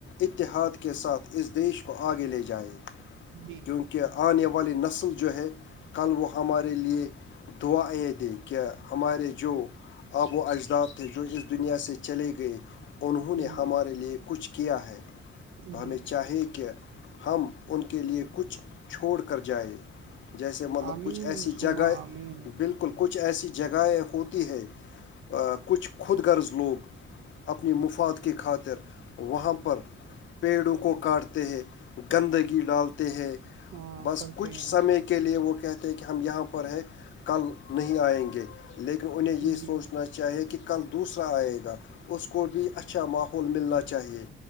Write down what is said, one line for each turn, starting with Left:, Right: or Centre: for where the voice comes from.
Left: اتحاد کے ساتھ اس دیش کو آگے لے جائے
Right: جی
Left: کیونکہ کہ آنے والی نسل جو ہے کل وہ ہمارے لیے دعا یہ کہ ہمارے جو آب وہ اجداد تھے جو اس دنیا سے چلے گئے انہوں نے
Right: جی
Left: ہمارے لیے کچھ کیا ہے تو
Right: جی
Left: ہمیں چاہیے کہ ہم ان کے لئے کچھ چھوڑ کر جائ جیسے مطلب
Right: آمین
Left: کچھ ایسی جگہیں
Right: سما آمین
Left: بالکل کچھ ایسی جگہیں ہوتی ہے کچھ خود غرض لوگ اپنی مفاد کی خاطر وہاں پر پیڑوں کو کاٹتے ہیں گندگی ڈالتے ہیں
Right: ہاں
Left: بس
Right: کرتے
Left: کچھ
Right: ہیں
Left: سمے کے لیے وہ کہتے کہ ہم یہاں پر ہیں کل نہیں آئیں گے لیکن انہیں یہ
Right: جی
Left: سوچنا چاہیے کہ کل دوسرا آئے گا اس کو بھی اچھا ماحول ملنا چاہیے